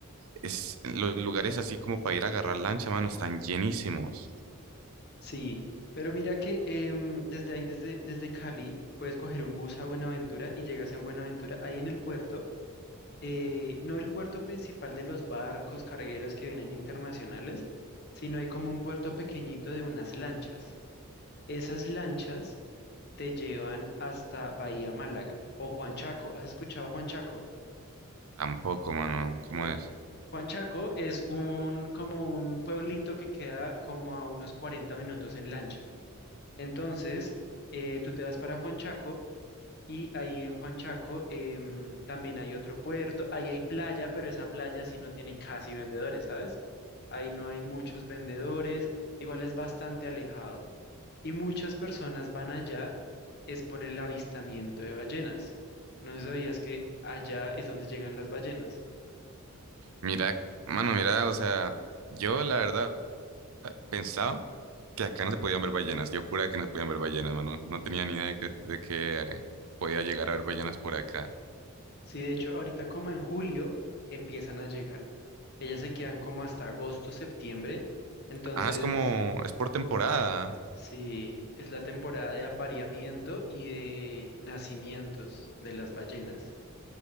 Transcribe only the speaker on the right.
es, los lugares así como para ir a agarrar lancha, mano, están llenísimos.
Tampoco, mano, ¿cómo
es?
Mira, mano, mira, o sea, yo la verdad pensaba que acá no se podían ver ballenas, yo juraba que no se podían ver ballenas, mano, no tenía ni idea de que, de que eh, podía llegar a ver ballenas por acá.
Ah, es como, es por temporada.